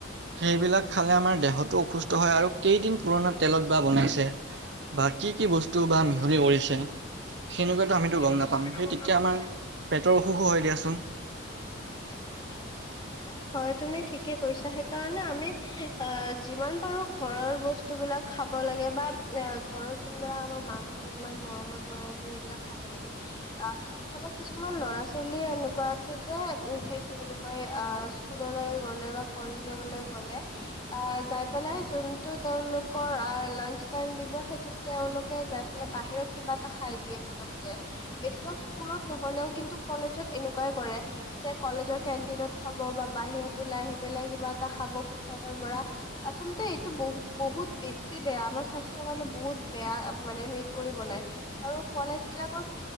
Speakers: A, on the right; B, on the left.
A: সেইবিলাক খালে আমাৰ দেহতো অসুস্থ হয় আৰু কেইদিন পুৰণা তেলত বা বনাইছে। বা কি কি বস্তু বা মিহলি কৰিছে। সেনেকুৱাতো আমিতো
B: সেনেকুৱাতো
A: গম নাপাম
B: আমিতো
A: সেই
B: গম
A: তেতিয়া
B: নাপাম
A: আমাৰ পেটৰ অসুখো হয় দিয়াচোন।
B: <unintelligible> হয় তুমি ঠিকে কৈছা সেইকাৰণে আমি অ' যিমান পাৰো ঘৰৰ বস্তু বিলাক খাব লাগে বা অ' ঘৰত যোনবিলাক আমাৰ মাহঁতে ইমান মৰমত বনাই দিয়ে সেইবিলাক খাব লাগে আহ চাবা কিছুমান ল'ৰা ছোৱালী এনে কোৱা আছে যে সেই কি বুলি কয় আ' স্কুললৈ গ'লে বা কলেজলৈ গ'লে আ' যাই পেলাই যোনটো তেওঁলোকৰ লাঞ্চ টাইম দিব সেইটো তেওঁলোকে যাই পেলাই বাহিৰত কিবা এটা খাই দিয়ে পতককৈ, বেছিভাগ স্কুলত নহলেও কিন্তু কলেজত এনেকুৱাই কৰে, যে কলেজৰ কেণ্টিনত খাব বা বাহিৰত ওলাই আহি পেলাই কিবা এটা খাব ফুটপাথৰ পৰা আচলতে এইটো বহুত বহুত বহুত বেছি বেয়া আমাৰ স্বাস্থ্য কাৰানে বহুত বেয়া মানে সেই কৰি বনাই আৰু কলেজ বিলাকৰ